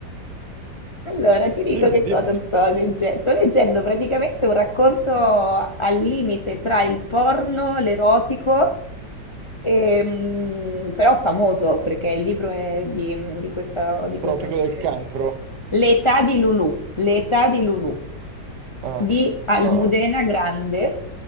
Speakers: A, on the left; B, on the right.
A: Allora, ti dico
B: Dimmi,
A: che cosa
B: dimmi.
A: sto leggendo. Sto leggendo praticamente un racconto al limite tra il porno, l'erotico, ehm, però famoso perché il libro è di, di questa- di questo
B: Tropico
A: autore.
B: del cancro.
A: L'età di Lulu. L'età di Lulu
B: Ah,
A: di Almudena
B: no,
A: Grandes